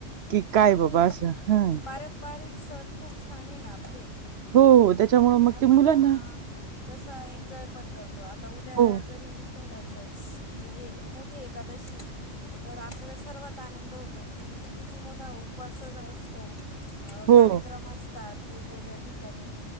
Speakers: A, on the right; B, on the left.
A: की काय
B: बरोबर
A: बाबा
B: आहे,
A: असं हा
B: आणि पारंपारिक सण खूप छान आहे ना आपले.
A: हो त्याच्यामुळे
B: आणि
A: मग
B: आपण
A: त मुलांना,
B: अं, तसं एन्जॉय पण करतो आता उद्या
A: हो
B: जरी- विठ्ठलाच म्हणजे हे मोठी एकादशी तर आपल्याला सर्वात आनंद होत- तो की किती मोठा उपवासच असतो,
A: हो
B: कार्यक्रम असतात वेगवेगळ्या- ठिकाणी